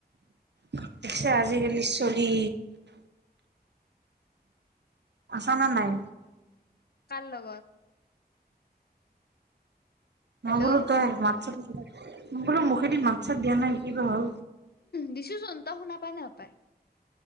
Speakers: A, on the right (about 90°); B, on the left (about 65°).
A: উ <inaudible> পিছে আজিকালি চলি। আছা নে নাই।
B: কাৰ লগত হেল্ল'
A: মই বোলো তই হোৱাতচ এপত বোলে মুখেদি মাকছাত দিয়া নাই কিবা হ'ল।
B: দিছোচোন তই শুনা পা নাই হপাই।